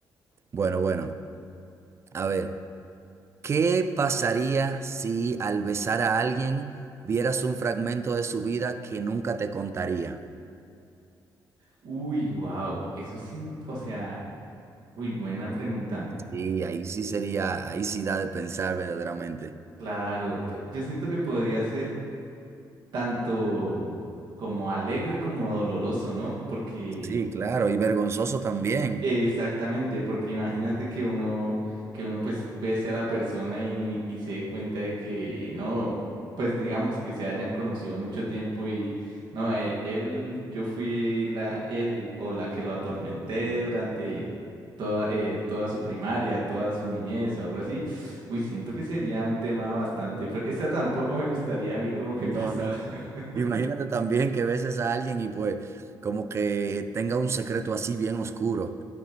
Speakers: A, on the right; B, on the right.
A: Bueno, bueno, a ver, ¿qué pasaría si al besar a alguien vieras un fragmento de su vida que nunca te contaría?
B: Uy, wow, eso sí, o sea, uy, buena pregunta.
A: Y ahí sí sería, ahí sí da de pensar verdaderamente.
B: Claro, pe- yo siento que podría ser tanto como alegre como doloroso, ¿no? Porque
A: Sí, claro, y vergonzoso también.
B: Exactamente, porque imagínate que uno, que uno pues pese a la persona y, y se dé cuenta de que no, pues digamos que se hayan conocido mucho tiempo y no, eh, él, yo fui la, él o la que lo atormenté durante toda, eh, toda su primaria, toda su niñez o algo así. Uy, siento que sería un tema bastante fuerte. Esa tampoco me gustaría a mí como que
A: No,
B: pasara.
A: no.
B: <laughs>
A: Imagínate también que beses a alguien y pues como que tenga un secreto así bien oscuro,